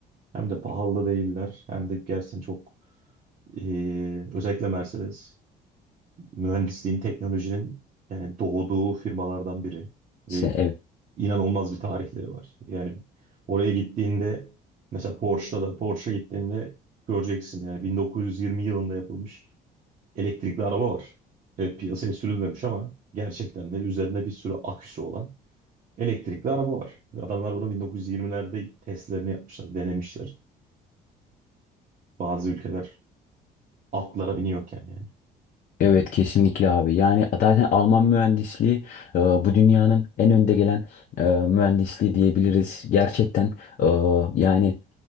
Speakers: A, on the right; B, on the left.
A: Hem de pahalı değiller, hem de gerçekten çok eee, özellikle Mercedes mühendisliğin, teknolojinin yani doğduğu firmalardan biri
B: İşte,
A: ve
B: evet.
A: inanılmaz bir tarihleri var. Yani oraya gittiğinde mesela Porsche'da da Porsche'a gittiğinde göreceksin yani 1920 yılında yapılmış elektrikli araba var. Evet piyasaya sürülmemiş ama gerçekten de üzerinde bir sürü aküsü olan Elektrikli araba var. Ve Adamlar bunu 1920'lerde testlerini yapmışlar, denemişler. Bazı ülkeler atlara biniyorken yani.
B: Evet kesinlikle abi. Yani zaten Alman mühendisliği e, bu dünyanın en önde gelen e, mühendisliği diyebiliriz. Gerçekten e, yani